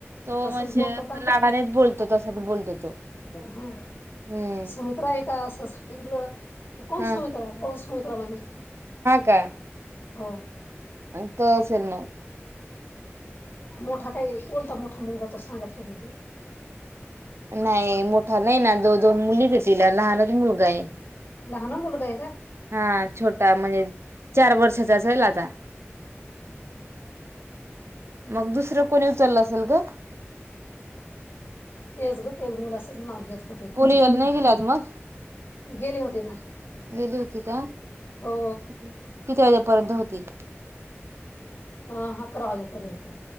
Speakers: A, on the right (about 65°); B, on the left (about 50°).
A: तो
B: तसच
A: म्हणजे
B: बोलतो का
A: लाडानेच बोलतो. तसंच बोलतो तो.
B: हा
A: हम्म.
B: सुमित्रा आहे का असं सांगितलं तर, कोण
A: हा
B: सुमित्रा? कोण सुमित्रा म्हणे.
A: का.
B: हो.
A: ततो असेल ना.
B: मोठा काय कोणता मोठा मुलगा तो सांगत होती ती
A: नाही मोठा नाही ना दो दोन मुलीच हे तीला लहानच मुलगा हे.
B: लहान मुलगा आहे का
A: हा छोटा म्हणजे चार वर्षाचा असेल आता मग दुसरं कोणी उचललं असेल ग.
B: तेज गं तेज मुला असच नाव घेत. होते ते
A: पोलिओ ल नहीं गेल्या आज मग
B: गेले होते ना.
A: गेली होती का
B: हो
A: किती वाजेपर्यंत होती.
B: हा आकरावाजे पर्यंत